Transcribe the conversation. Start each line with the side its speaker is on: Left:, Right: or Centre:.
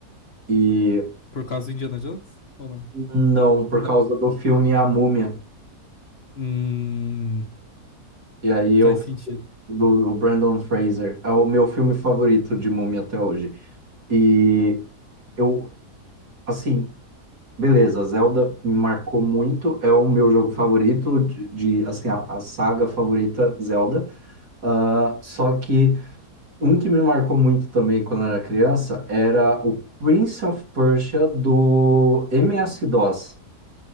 Right: E
Left: Por causa do Indiana Jones? Ou não?
Right: não, por
Left: Não.
Right: causa do filme A Múmia.
Left: Hum,
Right: E aí eu
Left: faz sentido.
Right: do, do Brandon Fraser. É o meu filme favorito de Múmia até hoje. E eu, assim, beleza, Zelda me marcou muito, é o meu jogo favorito de, de, assim, a, a saga favorita Zelda. Ah, só que um que me marcou muito também quando eu era criança era o Prince of Persia do MS-DOS.